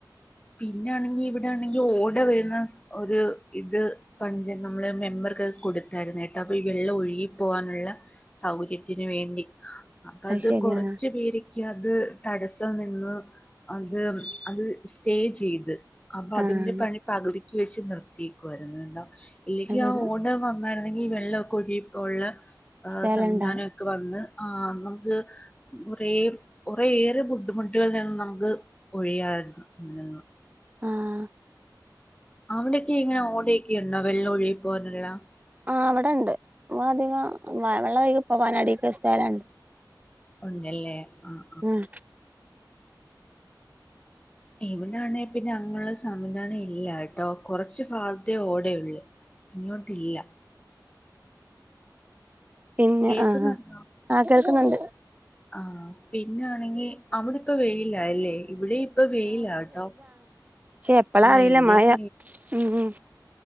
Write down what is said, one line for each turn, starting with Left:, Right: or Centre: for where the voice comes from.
Left: പിന്നാണെങ്കി ഇവിടാണെങ്കി ഓടർ വരുന്ന ഒരു ഇത് പഞ്ച നമ്മള് മെമ്പർക്കൊക്കെ കൊടുത്തായിരുന്നു കേട്ടോ അപ്പം ഈ വെള്ളം ഒഴുകിപ്പോകാനുള്ള സൗകര്യത്തിന് വേണ്ടി അപ്പ അത്
Right: ശരി
Left: കൊറച്ചു
Right: ആഹ്
Left: പേ രൊക്കെ അത് തടസ്സ നിന്ന് അത് അത് സ്റ്റേ ചെയ്ത് അപ്പൊ അതിന്റെ
Right: ആഹ്
Left: പണി പകുതിക്ക് വെച്ച് നിർത്തിയേക്കുവായിരുന്നു കേട്ടോ ഇല്ലെങ്കി
Right: അത് ശരി
Left: ആ ഓർഡർ വ ന്നായിരുന്നെങ്കിൽ ഈ വെള്ളംക്കെ ഒഴുകിയപ്പോ ഒള്ള ഏഹ്
Right: സ്ഥലം
Left: സംവിധാനം
Right: ഉണ്ടാവും
Left: ഒക്കെ വന്ന് ആഹ് നമ്മക്ക് കൊറേ കൊറെയേറെ ബുദ്ധിമുട്ടുകളിൽ നിന്ന് നമുക്ക് ഒഴിയാമായിരുന്നു അങ്ങനെ
Right: ആഹ്
Left: അവിടെയൊക്കെ ഇങ്ങനെ ഓടയൊക്കെ ഒണ്ടോ വെള്ളം ഒഴികി പോകാനുള്ള?
Right: ആഹ് ഇവടെണ്ട് ഇവടധികം മഴ വെള്ളം ഒഴുകി പോവാൻ അടീക്ക് സ്ഥലണ്ട്
Left: ഉണ്ടല്ലേ? ആഹ്
Right: ഉം
Left: ഇവിടാണെ പിന്നെ അങ്ങനുള്ള സംവിധാനം ഇല്ല കേട്ടോ? കൊറച്ച് ഭാഗത്തെ ഓടെയൊള്ളു ഇങ്ങോട്ടില്ല
Right: പിന്നെ
Left: കേക്കുന്നുണ്ടോ
Right: ആഹ് ആഹ് ആ കേൾക്കുന്നുണ്ട്
Left: ആഹ് പിന്നാണെങ്കി അവിടെ ഇപ്പൊ വെയിലാല്ലേ? ഇവിടേം ഇപ്പ വെയിലാട്ടോ
Right: പക്ഷേ എപ്പളാ
Left: ആ
Right: അറിയില്ല
Left: ഇവിടെയും
Right: മഴ ഉം ഉം